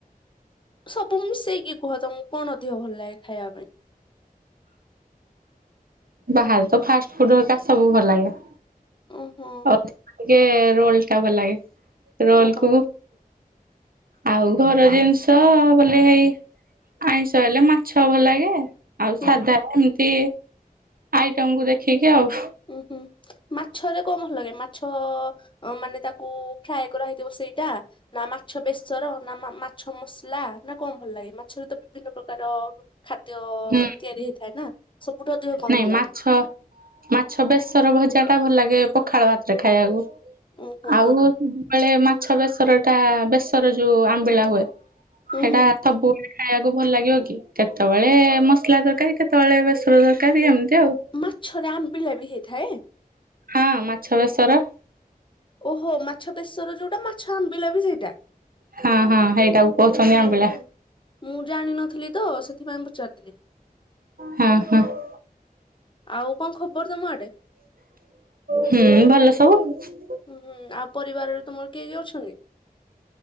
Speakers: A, on the left; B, on the right.
A: ସବୁ ମିଶେଇକି କୁହ ତମକୁ କଣ ଅଧିକ ଭଲ ଲାଗେ ଖାଇବା ପାଇଁ?
B: ବାହାରେ ତ ଫାଷ୍ଟ ଫୁଡ୍ ହେରିକା ସବୁ ଭଲ ଲାଗେ।
A: ଓହୋ
B: ଆଧିକ ଟିକେ ରୋଲ୍ ଟା ଭଲ ଲାଗେ ରୋଲ୍
A: ଓହୋ
B: କୁ ଆଉ ଘର ଜିନିଷ ବୋଲେ ଏଇ ଆଇଁଷ ହେଲେ ମାଛ ଭଲ ଲାଗେ। ଆଉ ସାଧା
A: ହୁଁ।
B: ଏମ୍ତି ଆଇଟମକୁ ଦେଖିକି ଆଉ।
A: ଉୁଁ ହୁଁ ମାଛରେ କଣ ଭଲ ଲାଗେ ମାଛ ମାନେ ତାକୁ ଫ୍ରାଏ କରାହେଇଥିବ ସେଇଟା ନା ମାଛ ବେସର ନା ମା ମାଛ ମସଲା ନା କଣ ଭଲ ଲାଗେ ମାଛରେ ତ ବିଭିନ୍ନ ପ୍ରକାର ଖାଦ୍ୟ
B: ହୁଁ
A: ତିଆରି ହେଇଥାଏ ନା ସବୁଠୁ ଅଧିକ କଣ
B: ନାଇଁ
A: ଭଲ ଲାଗେ?
B: ମାଛ ମାଛ ବେଶର ଭଜା ଟା ଭଲ ଲାଗେ ପଖାଳ ଭାତରେ ଖାଇବାକୁ।
A: ଓହୋ
B: ଆଉ ସବୁବେଳେ <unintelligible> ମାଛ ବେସର ଟା ବେସର ଯୋଉ ଆମ୍ବିଳା ହୁଏ।
A: ଉୁଁ
B: ହେଟା
A: ହୁଁ
B: ସବୁବେଳେ ଖାଇବାକୁ ଭଲ ଲାଗିବ କି କେତେବେଳେ ମସଲା ତରକାରୀ କେତେବେଳେ ବେସର ତର କାରୀ ଏମ୍ତି ଆଉ।
A: ମାଛରେ ଆମ୍ବିଳା ବି ହେଇଥାଏ?
B: ହଁ ମାଛ ବେସର।
A: ଓହୋ ମାଛ ବେଶର ଯୋଉଟା ମାଛ ଆମ୍ବିଳା ବି ସେଇଟା?
B: ହଁ ହଁ ହେଇଟାକୁ କୋହୁଚନ୍ତି
A: ଓହୋ
B: ଆମ୍ବିଳା।
A: ମୁଁ ଜାଣିନଥିଲି ତ ସେଥିପାଇଁ ପଚାରିଥିଲି।
B: ହୁଁ ହୁଁ। <unintelligible>
A: ଆଉ କଣ ଖବର ତମ ଆଡେ?
B: ହୁଁ ଭଲ ସବୁ ଆଉ।
A: ହୁଁ ହୁଁ ଆଉ ପରିବାରରେ ତୁମର କିଏ କିଏ ଅଛନ୍ତି?